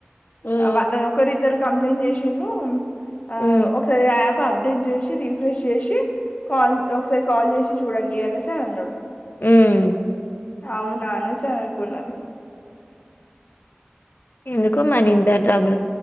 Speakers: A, on the left; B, on the left.
A: హ్మ్.
B: వారి ఒకరిద్దరు కంప్లైంట్ చేసురు ఆ
A: హ్మ్.
B: ఒకసారి యాప్ సో అప్డేట్ జేసి రిఫ్రెష్ జేసి కాల్ ఒకసారి కాల్ జేసి చూడండి అనేసి అని అన్నాడు
A: ఉమ్
B: అవున అనూష అనుకున్నా
A: ఎందుకో మరి ఇంత ట్రబుల్